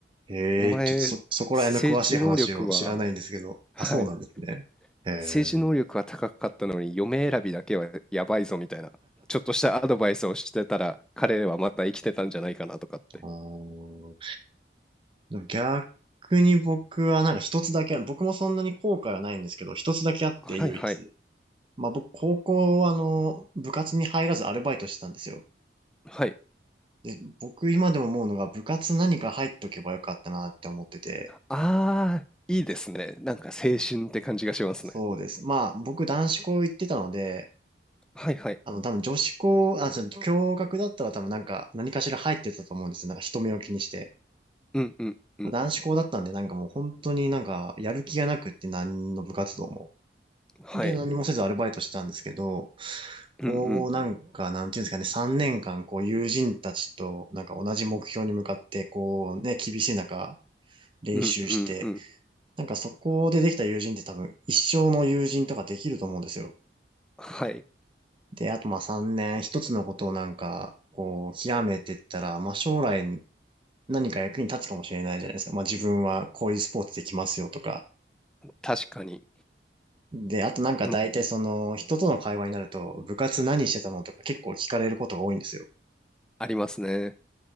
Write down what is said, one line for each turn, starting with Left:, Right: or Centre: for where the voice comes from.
Right: う。ええ、
Centre: お前、
Right: ちょっとそ、そこら辺の詳しい話を知らないんですけど。
Centre: 政治能力は、はい、
Right: あ、そうなんですね。ええ。
Centre: 政治能力は高かったのに、嫁選びだけはやばいぞ、みたいな。ちょっとしたアドバイスをしてたら、彼はまた生きてたんじゃないかなとかって。
Right: <laughs> あーでも逆に僕はなんか一つだけある、僕もそんなに後悔はないんですけど、一つだけあって唯一。
Centre: はいはい、
Right: まあ僕、高校、あの、部活に入らずアルバイトしてたんですよ。
Centre: はい。
Right: で、僕今でも思うのが部活何か入っとけばよかったなって思ってて。
Centre: あー、いいですね。なんか青春って感じがしますね。
Right: そうです。まあ僕男子校行ってたので、
Centre: はいはい。
Right: あの多分女子校、あ、じゃあ共学だったら多分なんか何かしら入ってたと思うんですよ。なんか人目を気にして。
Centre: うんうんうん。
Right: まあ、男子校だったんでなんかもう本当になんかやる気がなくって何の部活動も。
Centre: はい。
Right: で、何もせずアルバイトしてたんですけど、
Centre: うん
Right: こう、なんか、なんていうんですかね、3年間、こう、友人たちと、なんか同じ目標に向かって、こう、ね、厳しい中、練習して、
Centre: うん。うんうんうん。
Right: なんかそこでできた友人って多分、一生の友人とかできると思うんですよ。
Centre: はい。
Right: で、あとまあ3年、一つのことをなんか、こう、極めてったら、まあ将来何か役に立つかもしれないじゃないですか。まあ自分はこういうスポーツできますよとか、
Centre: 確かに。
Right: で、あとなんか大体その人との会話になると部活何してたのとか結構聞かれることが多いんですよ。
Centre: もありますね。